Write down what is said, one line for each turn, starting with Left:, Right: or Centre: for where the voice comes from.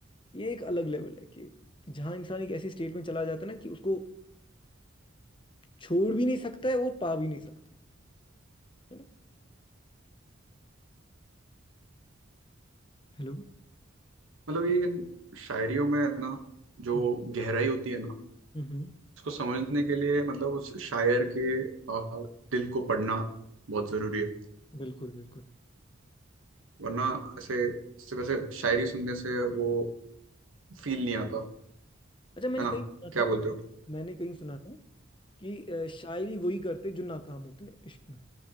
Left: ये एक अलग लेवल है कि जहाँ इंसान एक ऐसी स्टेट में चला जाता है ना कि उसको छोड़ भी नहीं सकता है और पा भी नहीं सकता है ना हेलो
Right: मतलब ये इन शायरियों में है ना जो
Left: हम्म
Right: गहराई होती है ना
Left: हम्म,
Right: उसको समझने के लिए मतलब उस शायर के आ, दिल को पढ़ना बहुत जरूरी है
Left: बिल्कुल बिल्कुल
Right: वरना ऐसे सिर्फ ऐसे शायरी सुनने से वो फील नहीं आता
Left: अच्छा मैंने
Right: है ना
Left: कहीं सुना
Right: क्या
Left: था
Right: बोलते हो
Left: मैंने कहीं सुना था कि अ, शायरी वही करते जो नाकाम होते हैं इश्क में